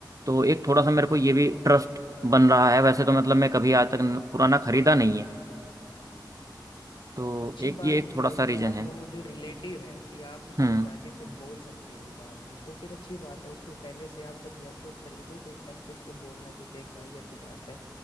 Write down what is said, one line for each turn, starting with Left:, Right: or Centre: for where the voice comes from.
Right: तो एक थोड़ा सा मेरे को ये भी ट्रस्ट बन रहा है वैसे तो मतलब मैं कभी
Left: हाँ
Right: आज तक न- पुराना खरीदा नहीं है तो
Left: अच्छी
Right: एक
Left: बात
Right: ये एक
Left: ये
Right: थोड़ा
Left: है कि
Right: सा रीजन
Left: आपका
Right: है
Left: वो जो रिलेटिव है कि आप उसको
Right: हम्म
Left: जाके फिर बोल सकते हो बाद में तो फिर अच्छी बात है उसको पहले से आप जब लैपटॉप खरीदो तो उस टाइम पे उसको बोलना कि देख भाई ऐसी बात है